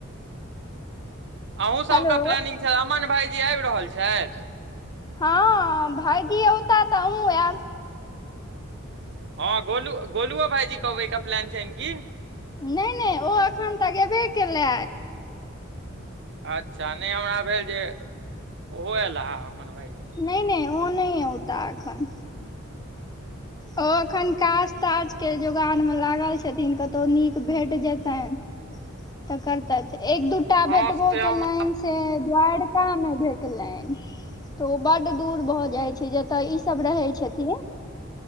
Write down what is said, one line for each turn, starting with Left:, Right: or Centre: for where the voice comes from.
Right: अहूँ सबके
Left: हेलो
Right: प्लानिंग छै अमन भाईजी आब रहल छैय
Left: हँ भायजी औता त आहू आब
Right: हँ गोलू गोलुओ भाईजी बैके प्लान छन की
Left: नय नय ओ एखन तऽ गेबे केलै
Right: अच्छा नय हमरा भेल जे ओहो अयला ह अमन भाई जी
Left: नहि नहि ओ नै औता आखन ओ एखन काज ताज के जोगार मे लागल छथिन कतौ नीक भेट जेतइन तऽ करत एक दूटा
Right: हँ
Left: भेटबो
Right: से हम
Left: के लइन से द्वारका मे भेट लैन तऽ ओ बड दूर भऽ जाइ छै जतय ई सब रहै छथिन